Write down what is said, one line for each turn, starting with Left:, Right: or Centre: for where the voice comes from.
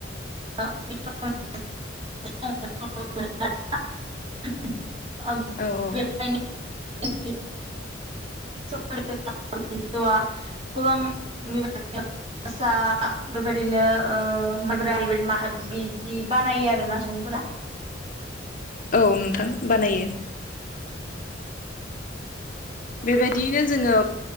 Right: <unintelligible>
Left: औ औ
Right: <unintelligible> <unintelligible> जौवा गोबां बिबादिनो फसा बेबायदिनो ओ माइब्रा बेबायदिनो माथा बिदि बानायो आरोना सं फोरा
Left: औ नोंथां बानायो बेबायदियैनो जोङो